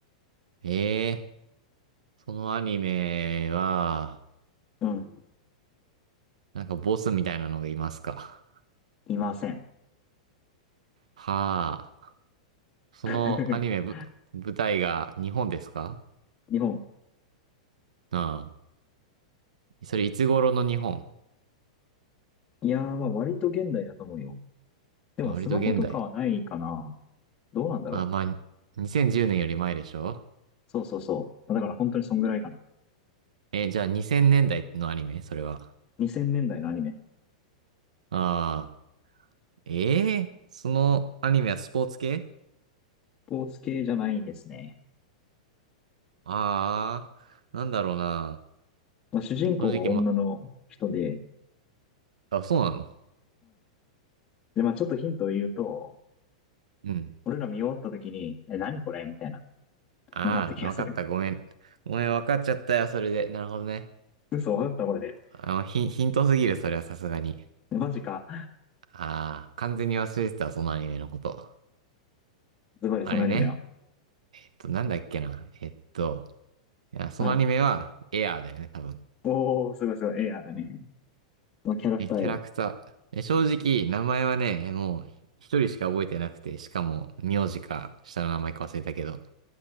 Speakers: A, on the right (about 80°); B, on the left (about 30°).
A: ええそのアニメは、
B: うん。
A: なんかボスみたいなのがいますか
B: いません。
A: はあ、そのアニメぶ、
B: <laughs>
A: 舞台が日本ですか
B: 日本、
A: ああ、それいつ頃の日本
B: いやー、まあ割と現代だと思うよ。でもスマホとかはないかな。
A: あ、割と現代。
B: どうなんだろ
A: あ、まあ、2010年より前でしょ
B: う。そうそうそう。だから本当にそんぐらいかな。
A: え、じゃあ2000年代のアニメそれは。
B: 2000年代のアニメ。
A: ああ。ええそのアニメはスポーツ系
B: スポーツ系じゃないですね。
A: ああー、なんだろうな。
B: まあ、主人公は女の人で、
A: 正直ま、あ、そうなの
B: で、まあちょっとヒントを言うと、
A: うん。
B: 俺ら見終わった時に、え、何これみたいな、
A: ああ、
B: なった気がする。
A: わかった。ごめん。ごめん、わかっちゃったよ、それで。なるほどね。
B: <laughs> 嘘、わかったこれで。
A: あの、ヒン、ヒントすぎる、それはさすがに。
B: えマジか。
A: ああ、完全に忘れてたそのアニメのこと。
B: ズバリそのアニメは。
A: あれね。えっと、なんだっけな。えっと、いや、そのアニメは、
B: うん。
A: エアーだよね、多分。
B: おー、すごいすごい。エアーだね。まあキャラクターよ。
A: え、キャラクター。え、正直、名前はね、もう、一人しか覚えてなくて、しかも、名字か、下の名前か忘れたけど。